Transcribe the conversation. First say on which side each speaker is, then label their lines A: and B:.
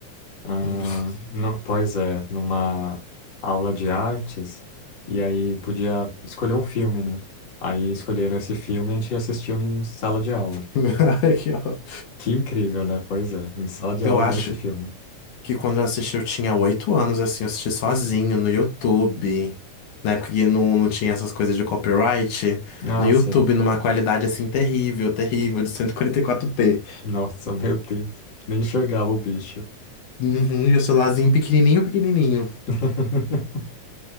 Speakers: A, on the left; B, on the left.
A: Ah,
B: <laughs>
A: não, pois é, numa aula de artes, e aí podia escolher um filme, né? Aí escolheram esse filme e a gente assistiu em sala de aula.
B: Que ó,
A: Que incrível, né? Pois é, em sala de
B: Eu
A: aula
B: acho,
A: vendo esse filme.
B: Que quando eu assisti eu tinha oito anos, assim, eu assisti sozinho no YouTube. Na época que não, não tinha essas coisas de copyright.
A: Ah,
B: No YouTube,
A: sei.
B: numa qualidade, assim, terrível, terrível, de 144p.
A: Nossa, <laughs> meu Deus. Nem enxergava o bicho.
B: Uhum, e o celularzinho pequenininho, pequenininho.
A: <laughs>